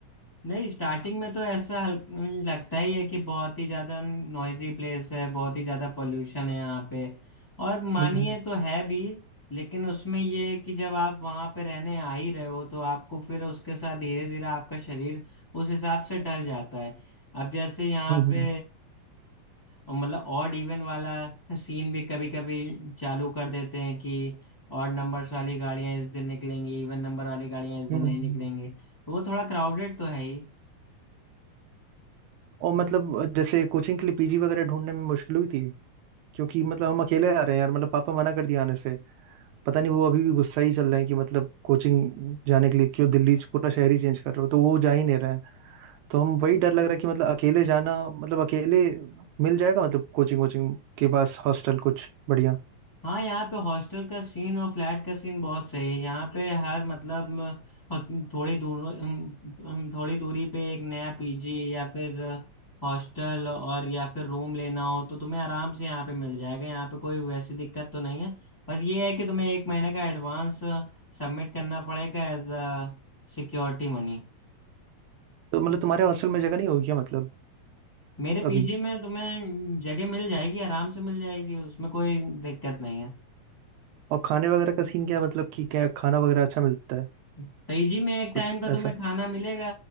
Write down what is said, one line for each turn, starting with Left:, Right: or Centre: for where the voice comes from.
Left: नहीं स्टार्टिंग में तो ऐसा हल- लगता ही है कि बहुत ही ज्यादा नॉइजी प्लेस है बहुत ही ज्यादा पोल्यूशन है यहाँ पे और मानिए
Right: हम्म
Left: तो है भी लेकिन उसमें ये है कि जब आप वहाँ पे रहने आ ही रहे हो तो आपको फिर उसके साथ धीरे धीरे आपका शरीर उस हिसाब से ढल जाता है अब जैसे यहाँ
Right: हम्म
Left: पे
Right: हम्म,
Left: अ, मतलब ऑड इवन वाला सीन भी कभी कभी चालू कर देते हैं कि ऑड नंबर्स वाली गाड़ियाँ इस दिन निकलेंगी इवन नंबर वाली गाड़ियाँ इस दिन
Right: हम्म,
Left: नहीं
Right: हम्म।
Left: निकलेंगी तो वो थोड़ा क्राउडेड तो है ही
Right: और मतलब जैसे कोचिंग के लिए पीजी वगैरह ढूंढने में मुश्किल हुई थी क्योंकि मतलब हम अकेले आ रहे हैं यार मतलब पापा मना कर दिया आने से पता नहीं वो अभी भी गुस्सा ही चल रहे हैं कि मतलब कोचिंग जाने के लिए क्यों दिल्ली से पूरा शहर ही चेंज कर रहे हो तो वो जा ही नहीं रहे हैं तो हम वही डर लग रहा है कि मतलब अकेले जाना मतलब अकेले मिल जाएगा मतलब कोचिंग वोचिंग के पास हॉस्टल कुछ बढ़िया
Left: हाँ यहाँ पे हॉस्टल का सीन और फ्लैट का सीन बहुत सही है यहाँ पे हर मतलब अ, थोड़ी दूर अम, थोड़ी दूरी पे एक नया पीजी या फिर हॉस्टल और या फिर रूम लेना हो तो तुम्हें आराम से यहाँ पे मिल जाएगा यहाँ पे कोई वैसी दिक्कत तो नहीं है बस ये है कि तुम्हें एक महीने का एडवांस सबमिट करना पड़ेगा एज अ सिक्योरिटी मनी
Right: तो मतलब तुम्हारे हॉस्टल में जगह नहीं होगी क्या मतलब
Left: मेरे पीजी
Right: अभी?
Left: में तुम्हें जगह मिल जाएगी आराम से मिल जाएगी उसमें कोई दिक्कत नहीं है
Right: और खाने वगैरह का सीन क्या है? मतलब कि क्या खाना वगैरह अच्छा मिलता है
Left: पीजी में एक
Right: कुछ
Left: टाइम का
Right: ऐसा
Left: तुम्हें खाना मिलेगा